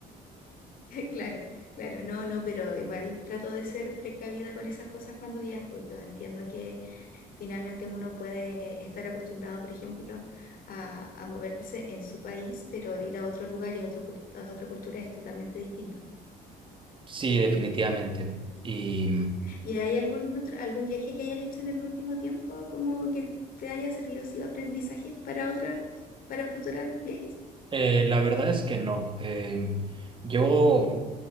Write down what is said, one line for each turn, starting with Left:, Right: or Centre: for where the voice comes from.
Left: Claro, claro, no, no, pero igual trato de ser precavida con esas cosas cuando viajo. Yo entiendo que Finalmente uno puede estar acostumbrado, por ejemplo, a, a moverse en su país, pero ir a otro lugar y a, otro cul- a otra cultura es totalmente distinto.
Right: Sí, definitivamente. Y
Left: ¿Y hay algún otro, algún viaje que hayas hecho en el último tiempo como que te haya servido, sido aprendizaje para otras, para futuros viajes?
Right: eh, la verdad es que no. Eh, yo.